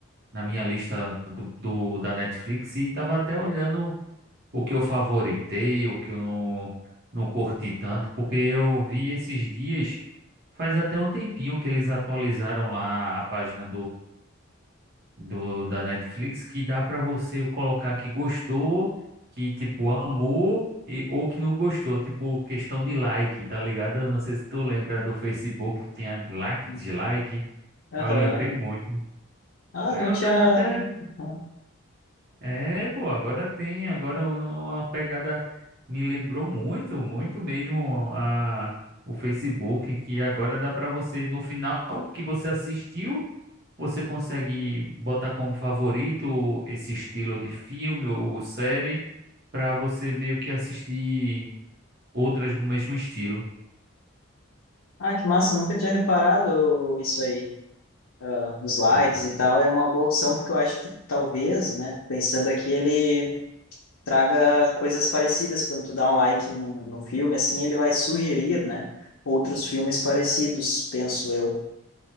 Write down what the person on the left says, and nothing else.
Hum.
Aham.
Ah,
não
tinha.
Aham.
Ah, que massa, nunca tinha reparado isso aí. Ah, os likes
e tal é uma boa opção, porque eu acho que talvez, né, pensando aqui, ele traga coisas parecidas. Quando tu dá um like no, no filme, assim, ele vai sugerir, né, outros filmes parecidos, penso eu.